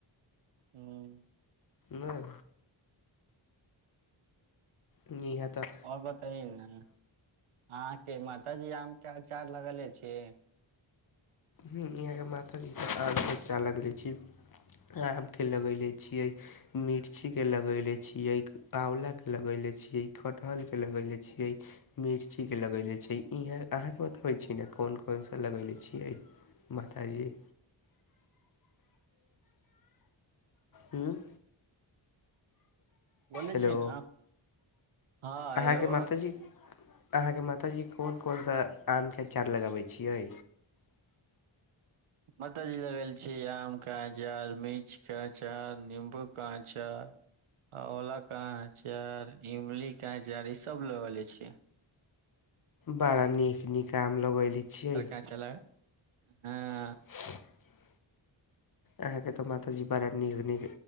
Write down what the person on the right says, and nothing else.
हुँ
आओर बताई ने अहाँके मातऽ जी आमके अचार लगले छी
बाजे
छिय ने हँ
हेलो
माता चीज लगल छीयै आमके अचार मिर्च के अचार निम्बूके अचार आंवला के अचार इमलीे के अचार ईसभ लगेंने छियै
अच्छा लागल हँ